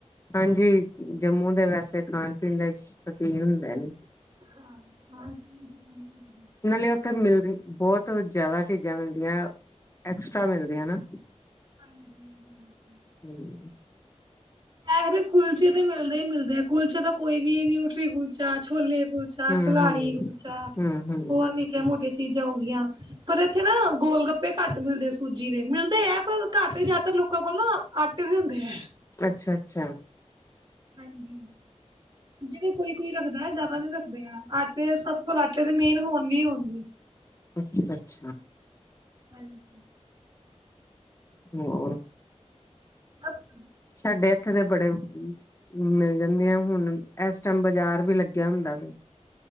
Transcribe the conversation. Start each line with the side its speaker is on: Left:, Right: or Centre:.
Left: ਹਾਂਜੀ ਜੰਮੂ ਦੇ ਵੈਸੇ ਖਾਣ ਪੀਣ ਦੇ ਸ਼ੌਕੀਨ ਹੁੰਦੇ ਨੇ।
Right: ਹਾਂ ਸ਼ੌਕੀਨ ਹੁੰਦੇ ਨੇ
Left: ਨਾਲੇ <unintelligible> ਬਹੁਤ ਜ਼ਿਆਦਾ ਚੀਜ਼ਾਂ ਮਿਲਦੀਆਂ, ਐਕਸਟ੍ਰਰਾ ਮਿਲਦੀਆਂ ਨਾ।
Right: ਹਾਂਜੀ ਹਾਂਜੀ।
Left: ਹਮ <unintelligible>
Right: <unintelligible> ਕੁਲਚੇ ਤੇ ਮਿਲਦੇ ਹੀ ਮਿਲਦੇ ਕੁਲਚੇ ਤਾਂ ਕੋਈ ਵੀ ਨੀ ਉੱਠ <unintelligible> ਕੁਲਚਾ ਛੋਲੇ ਕੁਲਚਾ
Left: ਹੂੰ-ਹੂੰ,
Right: ਕਲਾੜੀ ਕੁਲਚਾ
Left: ਹੂੰ-ਹੂੰ,
Right: ਹੋਰ ਨੀਕੇ ਮੋਟੇ ਚੀਜ਼ਾਂ ਹੋ ਗਈਆ ਪਰ ਇੱਥੇ ਨਾ ਗੋਲ ਗੱਪੇ ਘੱਟ ਮਿਲਦੇ ਸੂਜੀ ਦੇ ਮਿਲਦੇ ਹੈ ਪਰ ਘੱਟ ਜ਼ਿਆਦਾਤਰ ਲੋਕਾਂ ਕੋਲ ਨਾ ਆਟੇ ਦੇ ਹੁੰਦੇ ਹੈ।
Left: ਅੱਛਾ ਅੱਛਾ
Right: ਹਾਂਜੀ ਜਿਹਦੇ ਕੋਈ ਕੋਈ ਰੱਖਦਾ ਜਿਆਦਾ ਨੀ ਰੱਖਦੇ ਹੈ ਆਟੇ ਸਭ ਫਲ ਆਟੇ ਦੇ ਮੇਨ ਹੋਣਗੇ ਹੋਣਗੇ।
Left: ਅੱਛਾ ਅੱਛਾ
Right: ਹਾਂਜੀ
Left: ਹੋਰ
Right: <unintelligible>
Left: ਸਾਡੇ ਇੱਥੇ ਦੇ ਬੜੇ <unintelligible> ਮਿਲ ਜਾਂਦੀਆਂ ਹੁਣ ਇਸ ਟਾਈਮ ਬਾਜ਼ਾਰ ਵੀ ਲੱਗਿਆ ਹੁੰਦਾ ਵੇ।